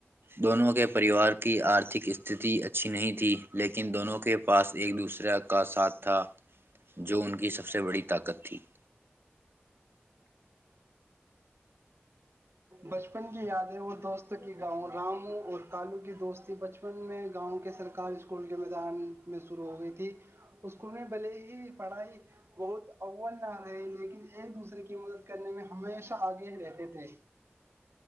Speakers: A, on the right; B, on the right.
A: دونوں کے پریوار کی آرتک استھتی اچھی نہیں تھی لیکن دونوں کے پاس ایک دوسرے کا ساتھ تھا جو ان کی سب سے بڑی طاقت تھی <unintelligible>
B: بچپن کی یاد ہے وہ دوستوں کی گاؤں رام اور کالو کی دوستی بچپن میں گاؤں کے سرکاری اسکول کے میدان میں شروع ہو گئی تھی اسکول میں بھلے ہی پڑھائی بہت اول نہ رہے لیکن ایک دوسرے کی مدد کرنے میں ہمیشہ آگے رہتے تھے